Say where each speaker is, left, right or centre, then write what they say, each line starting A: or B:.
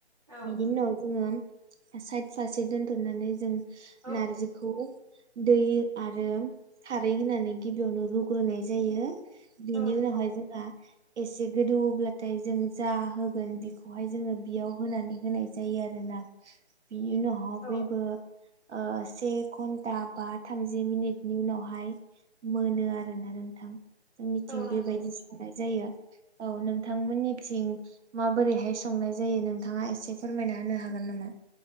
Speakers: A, on the right; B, on the right.
A: औ
B: बिनि उनाव जोङो साइड फारसे दोनथ'नानै जों
A: औ
B: नारजिखौ दै आरो खारै होनानै गिबियावनो रुग्रोनाय जायो बिनि
A: औ नंगौ
B: उनावहाय जोंहा एसे गोदौवो ब्लाथाय जों जा होगोन बिखौहाय जोङो बियाव होनानै होनाय जायो आरोना। बिनि उनावभहा
A: औ
B: बैयबो ओ से घन्टा बा थाम जि मिनिटनि उनावहाय मोनो आरोना नोंथां। जोंनिथिं
A: औ नंगौ
B: बेबायदि जानाय जायो। औ नोंथांमोननिथिं माबोरैहाय संनाय जायो नोंथाङा एसे फोरमायना होनो हागो न नामा?